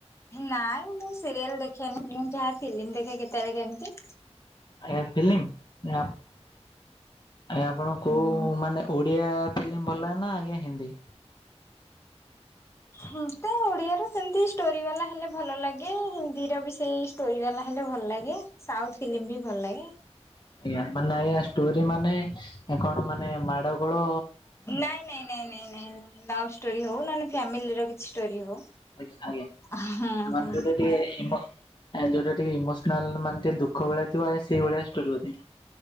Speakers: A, on the left; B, on the left.
A: ନାଇଁ ମୁଁ ସିରିଏଲ ଦେଖେନି ମୁଁ ଯାହା ଫିଲ୍ମ ଦେଖେ କେତେବେଳେ କେମତି।
B: ଆଜ୍ଞା ଫିଲ୍ମ ନା ଆଜ୍ଞା ଆପଣ କୋଉ ମାନେ ଓଡ଼ିଆ ଫିଲ୍ମ ଭଲ ଲାଗେ ନା ଆଜ୍ଞା ହିନ୍ଦୀ?
A: ମୋତେ ଓଡିଆରେ ସେମତି ଷ୍ଟୋରି ବାଲା ହେଲେ ଭଲ ଲାଗେ। ହିନ୍ଦୀର ବି ସେଇ ଷ୍ଟୋରି ବାଲା ହେଲେ ଭଲ ଲାଗେ। ସାଉଥ ଫିଲ୍ମ ବି ଭଲ ଲାଗେ।
B: ଆଜ୍ଞା ମାନେ ଆଜ୍ଞା ଷ୍ଟୋରି ମାନେ ଏ କଣ ମାନେ ମାଡ ଗୋଳ
A: ନାଇଁ, ନାଇଁ, ନାଇଁ, ନାଇଁ, ନାଇଁ, ନାଇଁ ଲଭ୍ ଷ୍ଟୋରି ହଉ ନନେ ଫ୍ୟାମିଲି ର କିଛି ଷ୍ଟୋରି ହଉ।
B: ଆଜ୍ଞା ଆଜ୍ଞା
A: ହଁ,
B: ମାନେ
A: ହଁ।
B: ଯୋଉଟା ଟିକେ ଇମ୍ବୋ ଏଁ, ଯୋଉଟା ଟିକେ ଇମୋସନାଲ ମାନେ ଟିକେ ଦୁଃଖ ଭଳିଆ ଥିବ ଆଜ୍ଞା ସେଇ ଭଳିଆ ଷ୍ଟୋରି ବୋଧେ।